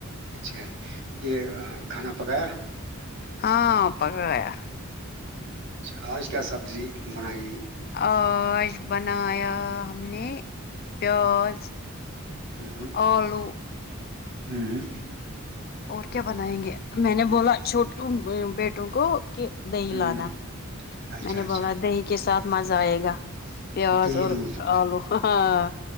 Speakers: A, on the right; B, on the left.
A: اچھا یہ کھانا پکایا
B: ہاں پکایا
A: اچھا آج کیا سبزی بنائی
B: عج بنایا ہم نے پیاز
A: ہوں ہوں
B: فالو
A: ہوں
B: اور کیا بنائیں گے میں نے بولا چھوٹ بیٹوں کو کہ دی
A: ہوں،
B: لانانا
A: اچھا
B: میں نے
A: اچھا
B: بولا دہی کے ساتھ مزہ آئے گا پیاز
A: دہی
B: اور
A: دودھ
B: آلو ہاں